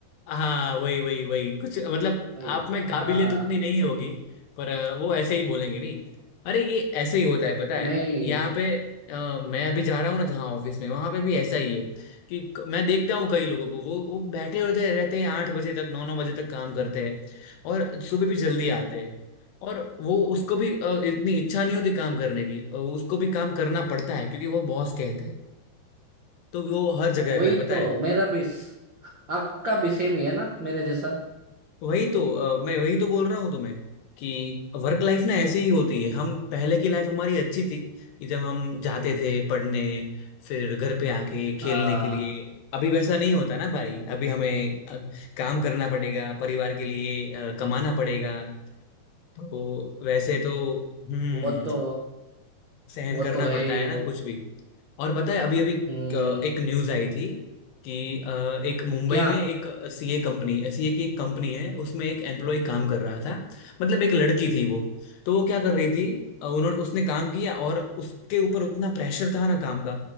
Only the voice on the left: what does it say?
हाँ वही वही वही कुछ मतलब
आप में काबिलियत
उतनी नहीं होगी पर अ, वो ऐसे ही बोलेंगे नहीं अरे ये ऐसे ही होता है पता है
यहाँ पे अ, मैं अभी जा रहा हूँ ना जहाँ ऑफिस में वहां पे भी ऐसा ही है कि क- मैं देखता हूँ कई लोगों को वो वो बैठे होते रहते हैं आठ बजे तक नौ नौ बजे तक काम करते हैं और सुबह भी जल्दी आते हैं और वो उसको भी अ, इतनी इच्छा नहीं होती काम करने की अ, उसको भी काम करना पड़ता है क्योंकि वो बॉस कहते हैं तो वो हर जगह
पे है पता
है
वही तो अ, मैं वही तो बोल रहा हूँ तुम्हें कि वर्क लाइफ ना ऐसी ही होती है हम पहले की लाइफ हमारी अच्छी थी कि जब हम जाते थे पढ़ने फिर घर पे आके खेलने
के लिए अभी वैसा नहीं होता ना भाई अभी हमें अ, काम करना पड़ेगा परिवार के लिए अ, कमाना पड़ेगा तो वैसे तो हम्म
सहन
करना
पड़ता
है
ना कुछ भी और पता है अभी अभी
एक न्यूज आई थी कि अ, एक मुंबई
में एक सीए कंपनी सीए की एक कंपनी है उसमें एक एम्प्लॉय काम कर रहा था मतलब एक लड़की थी वो तो वो क्या कर रही थी अ, उन्होंने उसने काम किया और उसके ऊपर उतना प्रेशर था ना काम का